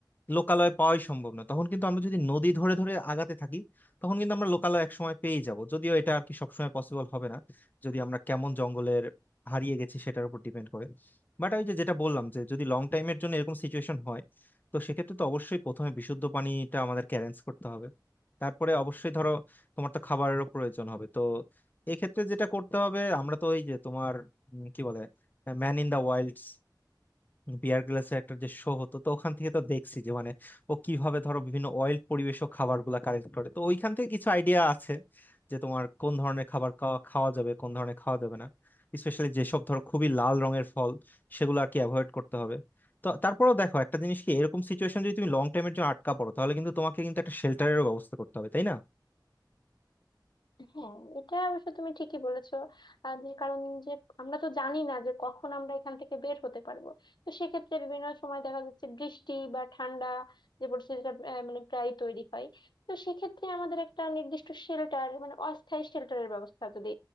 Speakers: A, on the left; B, on the left.
A: লোকালয় পাওয়াই সম্ভব না তখন কিন্তু আমরা যদি নদী ধরে ধরে আগাতে থাকি তখন কিন্তু আমরা লোকালয় একসময় পেয়ে যাব যদিও এটা আর কি সবসময় পসিবল হবে না যদি আমরা কেমন জঙ্গলের হারিয়ে গেছি সেটার উপর ডিপেন্ড করে বাট আমি যে যেটা বললাম যে যদি লং টাইমের জন্য এরকম সিচুয়েশন হয় তো সেক্ষেত্রে তো অবশ্যই প্রথমে বিশুদ্ধ পানিটা আমাদেরকে অ্যারেঞ্জ করতে হবে তারপরে অবশ্যই ধরো তোমার তো খাবারেরও প্রয়োজন হবে তো এক্ষেত্রে যেটা করতে হবে আমরা তো ওই যে তোমার উম, কি বলে ম্যান ইন দা ওয়াইল্ডস বিয়ার গ্রিলসের একটা যে শো হতো তো ওখান থেকে তো দেখছি যে মানে ও কিভাবে ধরো বিভিন্ন অয়েল পরিবেশক খাবারগুলা কালেক্ট করে তো ওইখান থেকে কিছু আইডিয়া আছে যে তোমার কোন ধরনের খাবার খাওয়া খাওয়া যাবে কোন ধরনের খাওয়া যাবে না স্পেশালি যেসব ধরো খুবই লাল রঙের ফল সেগুলো আর কি অ্যাভয়েড করতে হবে তো তারপরেও দেখো একটা জিনিস কি এরকম সিচুয়েশন যদি তুমি লং টাইমের জন্য আটকা পড়ো তাহলে কিন্তু তোমাকে কিন্তু একটা শেল্টারেরও ব্যবস্থা করতে হবে তাই না
B: হ্যাঁ এটা অবশ্য তুমি ঠিকই বলেছো আর যে কারণ যে আমরা তো জানি না যে কখন আমরা এখান থেকে বের হতে পারবো তো সেক্ষেত্রে বিভিন্ন সময় দেখা যাচ্ছে বৃষ্টি বা ঠান্ডা যে পরিস্থিতিটা আহ, মানে প্রায় তৈরি হয় তো সেক্ষেত্রে আমাদের একটা নির্দিষ্ট শেল্টার মানে অস্থায়ী শেল্টারের ব্যবস্থা যদি